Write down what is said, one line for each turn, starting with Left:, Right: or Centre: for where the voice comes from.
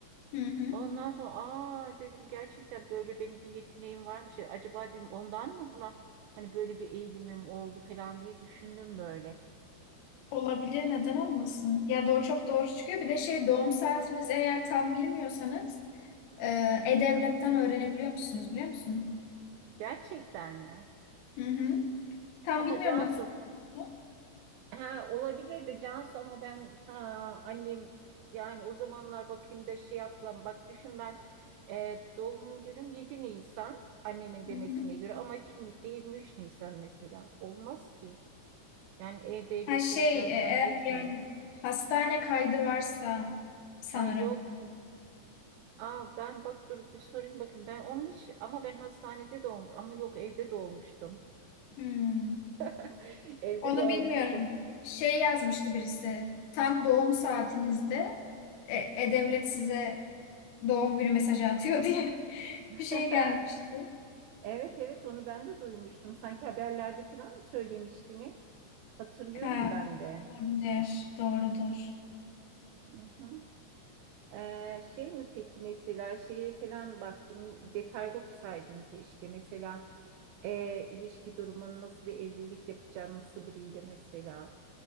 Left: Hı hı.
Right: Ondan sonra aa dedim gerçekten böyle benim bir yeteneğim varmış. ya. Acaba dedim ondan mı buna hani böyle bir eğilimim oldu falan diye düşündüm böyle.
Left: Olabilir, neden olmasın? Ya doğru çok doğru çıkıyor. Bir de şey doğum saatinizi eğer tam bilmiyorsanız e, e-devletten öğrenebiliyor musunuz biliyor musun?
Right: Gerçekten mi?
Left: Hı hı. Tam
Right: Ama
Left: bilmiyorum
Right: Cansu
Left: nasıl olduğunu.
Right: Ha, olabilir de Cansu ama ben ta annem yani o zamanlar bakayım da şey yaptılar. Bak düşün ben e, doğum günüm 7 Nisan annemin
Left: Hı
Right: demesine
Left: hı.
Right: göre ama kimlikte 23 Nisan mesela. Olmaz ki. Yani E-Devlet'te
Left: Ha şey
Right: olacağını
Left: e,
Right: zannetmiyorum.
Left: eğer yani hastane kaydı varsa sanırım.
Right: Ha yok. Aa, ben bak dur bir sorayım bakın ben onu hiç ama ben hastanede doğum ama yok evde doğmuştum.
Left: Hmm.
Right: <laughs> Evde
Left: Onu
Right: doğmuşum.
Left: bilmiyorum. Şey yazmıştı birisi. Tam doğum saatinizde e- e-devlet size doğum günü mesajı atıyor diye <laughs>
Right: <laughs>
Left: bir şey gelmişti.
Right: Evet evet onu ben de duymuştum. Sanki haberlerde falan mı söylemiştin? Hatırlıyorum
Left: Ha
Right: ben de.
Left: olabilir. Doğrudur.
Right: Hı hı. Ee, şey mi peki mesela şeye falan baktın detaylı okusaydın keşke mesela e, ilişki durumun nasıl bir evlilik yapacağın nasıl biriyle mesela